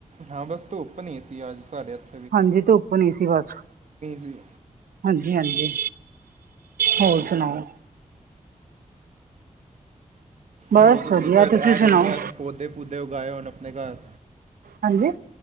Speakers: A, on the right (about 55°); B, on the right (about 80°).
A: ਹਾਂ ਬਸ ਧੁੱਪ ਨੀ ਸੀ ਅੱਜ ਸਾਡੇ ਐੱਥ
B: ਹਾਂਜੀ ਧੁੱਪ ਨੀ ਸੀ ਬਸ,
A: ਸੀ
B: ਹਾਂਜੀ-ਹਾਂਜੀ। ਹੋਰ ਸੁਣਾਓ? ਬਸ
A: ਹੋਰ ਤੁਸੀਂ
B: ਵਧੀਆ
A: ਫਿਰ ਇਹ
B: ਸੁਣਾਓ
A: ਗਰਮੀਆਂ ਚ ਪੌਦੇ-ਪੁਦੇ ਉਗਾਏ ਹੋਣ ਆਪਣੇ ਘੱਰ।
B: ਹਾਂਜੀ